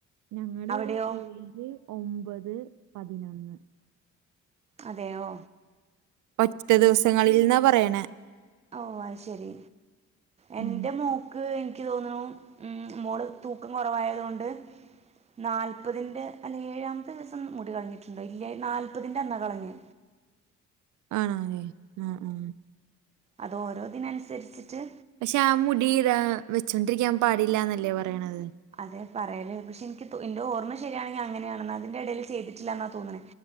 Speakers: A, on the right; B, on the right.
A: ഞങ്ങടെ ഇവിടെ
B: അവിടെയോ
A: ഏഴ്, ഒമ്പത്, പതിനൊന്ന്.
B: അതെയോ?
A: ഒറ്റ ദിവസങ്ങളിൽ എന്നാ പറയണേ.
B: ഓഹ് അത് ശരി എന്റെ
A: ഉം.
B: മോൾ. ക്ക് എനിക്ക് തോന്നുന്നു, ഉം മോള് തൂക്കം കുറവായതു കൊണ്ട്. നാൽപ്പതിൻ്റെ അല്ലെങ്കിൽ ഏഴാമത്തെ ദിവസം മുടി കളിഞ്ഞിട്ടുണ്ടോ ഇല്ലേ നാൽപ്പതിൻ്റെ അന്നാ കളഞ്ഞെ
A: ആഹ് ആഹ് ആഹ്
B: അതോ ഓരോതിനനുസരിച്ചിട്ട്-
A: പക്ഷെ ആ മുടി വെച്ചൊണ്ടിരിക്കാൻ പാടില്ലാന്നല്ലേ പറയണത്.
B: അതെ പറയല് പക്ഷെ എനിക്ക് എന്റെ ഓർമ്മ ശരിയാണെങ്കിൽ അങ്ങനെയാണെന്ന അതിന്റെ എടല് ചെയ്തിട്ടില്ലന്നാ തോന്ന്ണെ